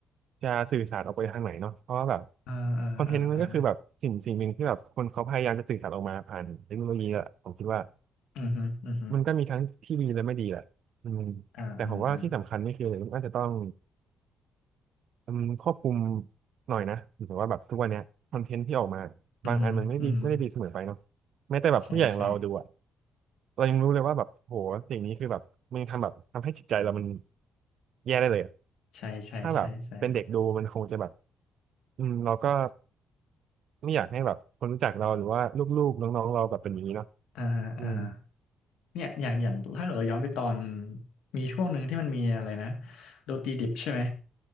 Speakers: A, on the right; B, on the left.
A: จะสื่อสารออกไปทางไหนเนาะเพราะว่าแบบ
B: อ่า
A: คอนเทนต์มันก็คือแบบสิ่งสิ่งหนึ่งที่แบบคนเขาพยายามจะสื่อสารออกมาผ่านเทคโนโลยีอะผมคิดว่า
B: อ่าอ่าอ่าอืมฮึอืมฮึ
A: มันก็มีทั้งที่ดีและไม่ดีแหละอืม
B: อ่าอ่าอ่า
A: แต่ผมว่าที่สำคัญนี่คือมันอาจจะต้องอืมควบคุมหน่อยนะหรือว่าแบบทุกวันเนี้ยคอนเทนต์ที่ออกมาบางอันมันไม่ดีไม่ได้ดีเสมอไปเนาะ
B: อืมฮึอืมฮึ
A: แม้แต่แบบผู้ใหญ่อย่างเราดูอะ
B: ใช่ใช่
A: เรายังรู้เลยว่าแบบโหสิ่งนี้คือแบบมันทำแบบทำให้จิตใจเรามันแย่ได้เลยอะ
B: ใช่ใช่ใช่ใช่
A: ถ้าแบบเป็นเด็กดูมันคงจะแบบอืมเราก็ไม่อยากให้แบบคนรู้จักเราหรือว่าลูกๆน้องๆเราแบบเป็นอย่างนี้เนาะ
B: อ่าฮะอ่าฮะ
A: อืม
B: เนี่ยอย่างอย่างถ้าเกิดเราย้อนไปตอนมีช่วงหนึ่งที่มันมีอะไรนะโดตีดิบใช่ไหม